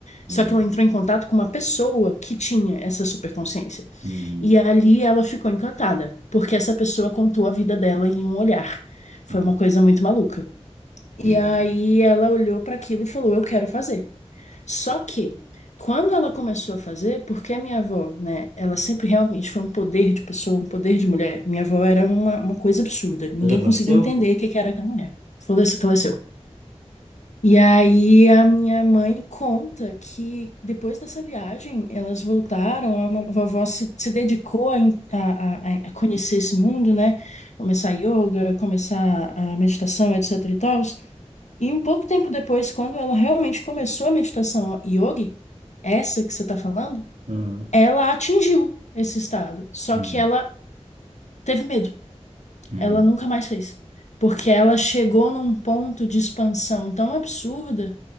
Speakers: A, on the right; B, on the left.
A: hum,
B: Só que ela entrou em contato com uma pessoa que tinha essa superconsciência.
A: hum,
B: E ali ela ficou encantada, porque essa pessoa contou a vida dela em um olhar. Foi
A: hum,
B: uma coisa muito maluca. E
A: que legal.
B: aí ela olhou para aquilo e falou: Eu quero fazer. Só que, quando ela começou a fazer, porque a minha avó, né, ela sempre realmente foi um poder de pessoa, um poder de mulher. Minha avó era uma, uma coisa absurda. Ninguém
A: Já faleceu?
B: conseguia entender o que que era aquela mulher. Falece- Faleceu. E aí a minha mãe conta que depois dessa viagem elas voltaram, a ma- a vovó se, se dedicou a, en- a, a- a conhecer esse mundo, né? Começar yoga, começar a meditação, etc e tal. E um pouco tempo depois, quando ela realmente começou a meditação yogi, essa que você está falando,
A: Uhum.
B: ela atingiu esse estado. Só
A: Uhum.
B: que ela teve medo
A: Uhum.
B: ela nunca mais fez. Porque ela chegou num ponto de expansão tão absurda